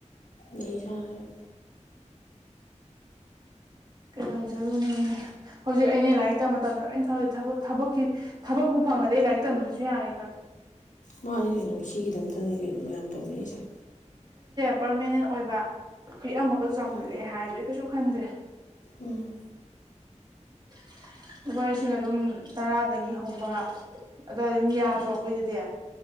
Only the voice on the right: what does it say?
ꯀꯩꯗꯧꯖꯔꯨꯅꯦ ꯍꯧꯖꯤꯛ ꯑꯅꯦ ꯂꯥꯏꯔꯤꯛ ꯇꯝꯕ ꯃꯇꯝꯝꯗ ꯂꯣꯏꯅ ꯈꯜꯗꯦ ꯊꯕ ꯊꯕꯛꯀꯤ ꯊꯕꯛꯄꯨ ꯐꯪꯗ ꯂꯥꯏ ꯇꯝꯕꯔꯨꯁꯨ ꯌꯥꯔꯦ ꯀ
ꯄꯥꯔꯃꯤꯅꯦꯟ ꯑꯣꯏꯕ ꯄꯤꯛ ꯑꯃꯒꯁꯨ ꯆꯥꯎꯈꯠꯂꯑꯦ
ꯍꯥꯏꯔꯁꯨ ꯑꯩ ꯀꯩꯁꯨ ꯈꯟꯗ꯭ꯔꯦ
<inaudible> ꯂꯨꯄꯥ ꯂꯤꯁꯤꯡ ꯑꯗꯨꯝ ꯇꯔꯥꯗꯒꯤ ꯍꯧꯕ ꯑꯗꯨꯋꯥꯏ ꯑꯗꯨꯝ ꯌꯥꯗ꯭ꯔꯣ ꯑꯩꯈꯣꯏꯗꯗꯤ